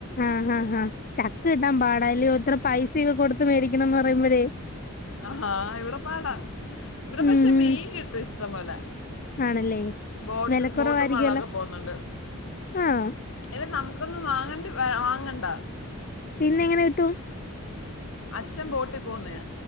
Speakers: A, on the left; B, on the left.
A: ആഹ് ഹാ ഹാ ചക്ക് കിട്ടാൻ പാടലോത്ര പൈസയൊക്കെ കൊടുത്ത മേടിക്കണംന്ന് പറയുമ്പോഴേ
B: അഹ ഇവിടെ പാടാ ഇവിടെ
A: ഉം
B: പക്ഷെ
A: ഉം
B: മീൻ കിട്ടും ഇഷ്ടം പോലെ
A: ആണല്ലേ
B: ബോട്ട്
A: വിലക്കുറവായിരിക്കുവല്ലോ
B: ബോട്ടും വെള്ള കും
A: ആഹ്
B: എല്ല നമുക്കൊന്നും മാങ്ങണ്ടി വാങ്ങണ്ട
A: പിന്ന ങ്ങനെ കിട്ടും
B: അച്ഛൻ ബോട്ടി പോന്നേ